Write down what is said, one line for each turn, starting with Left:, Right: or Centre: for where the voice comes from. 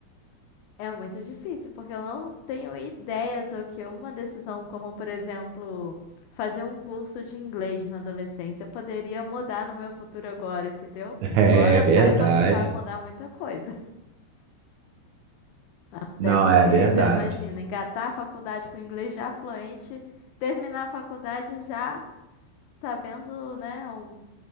Left: É muito difícil, porque eu não tenho ideia do que uma decisão como, por exemplo, fazer um curso de inglês na adolescência poderia mudar no meu futuro agora, entendeu?
Right: É,
Left: Embora
Right: é
Left: eu
Right: verdade.
Left: saiba que vai mudar muita coisa. <laughs> Até
Right: Não,
Left: porque,
Right: é verdade.
Left: já imagina, engatar a faculdade com inglês já fluente, terminar a faculdade já sabendo, né, o-